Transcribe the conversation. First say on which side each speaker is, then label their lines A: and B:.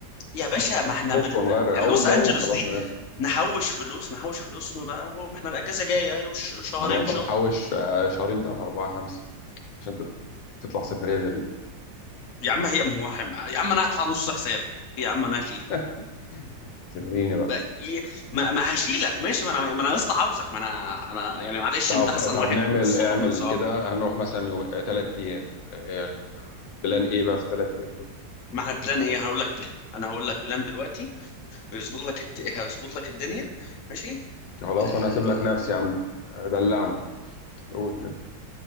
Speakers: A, on the left (about 50°); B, on the left (about 75°).
A: يا باشا ما احنا
B: نفك
A: بر...
B: ونغير
A: ب...
B: جو
A: لوس
B: جو
A: انجلوس
B: وخلاص
A: دي
B: ونرجع
A: نحوش فلوس نحوش فلوس بقى هو ما احنا الاجازه جايه وش... شهرين
B: هنقعد بقى
A: شهر
B: نحوش آه، شهرين ثلاثه اربعه خمسه عشان تت- تطلع سفريه زي دي
A: يا عم هي ما هو يا عم انا هدفع نص حسابك يا عم انا هشيل
B: <laughs> سفريني بقى
A: ب- ي- ما, ما هشيلك ماشي ما انا ما انا يا اسطى عاوزك ما انا انا يعني معلش
B: طب
A: انت احسن
B: طب
A: واحد
B: نعمل
A: صحاب
B: اعمل
A: من صحاب
B: كده هنروح مثلا يوم ثلاث ايام آه، البلان ايه بقى في ثلاث ايام دول
A: ما احنا بلان ايه هقول لك بلان انا هقول لك بلان دلوقتي يظبط لك الت... هيظبط لك الدنيا ماشي
B: خلاص
A: آه...
B: انا هسيب لك نفسي يا عم آه، دلعني قول كده